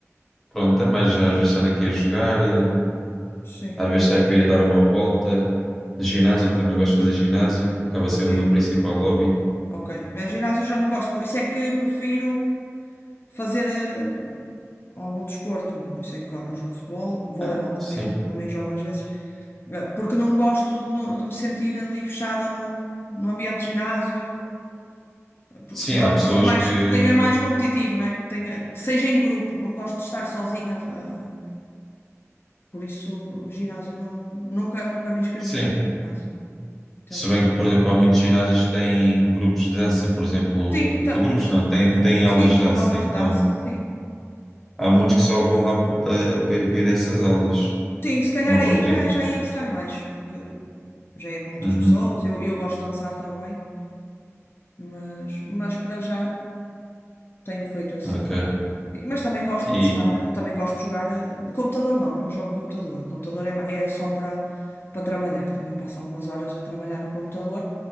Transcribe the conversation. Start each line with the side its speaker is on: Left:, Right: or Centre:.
Centre: Pronto, é mais já às vezes estar aqui a jogar, eh,
Left: sim.
Centre: às vezes sair para ir a dar uma volta. No ginásio, também gosto de fazer ginásio.
Left: Ah,
Centre: Acaba sendo
Left: Sim,
Centre: o meu principal hobby.
Left: ok. Mas ginásio já não gosto, por isso é que prefiro. fazer eh, algum desporto. Por isso é que go- eu jogo futebol, voleibol
Centre: Ah,
Left: também,
Centre: sim.
Left: também jogo às vezes, eh, porque não gosto de, no- de me sentir ali fechada no, no ambiente de ginásio, eh, porque
Centre: Sim, há
Left: gosto
Centre: pessoas
Left: de algo mais
Centre: que.
Left: que tenha mais competitivo, não é? Que tenha, que seja em grupo, não gosto de estar sozinha. eh, por isso o ginásio não, nunca, nunca me inscrevi
Centre: Sim.
Left: em nenhum ginásio. Tento
Centre: Se bem
Left: fazer.
Centre: que, por exemplo, há muitos ginásios que têm grupos de dança, por exemplo,
Left: Sim, ta-
Centre: ou grupos não, têm, têm
Left: sim,
Centre: aulas de dança,
Left: aulas
Centre: então.
Left: de dança, sim.
Centre: Há muitos que só vão lá eh, para, para essas aulas,
Left: Sim, se calhar
Centre: não
Left: aí
Centre: propriamente.
Left: já, já ia gostar mais, porque já é com outras
Centre: Uhum,
Left: pessoas. Eu, eu gosto de dançar também, mas, mas para já tenho feito assim.
Centre: ok.
Left: E- Mas também gosto
Centre: E,
Left: de estar, também gosto de jogar. eh, no Computador não, não jogo computador. O computador é, ma- é só para para trabalhar. Também passo algumas horas a trabalhar no computador,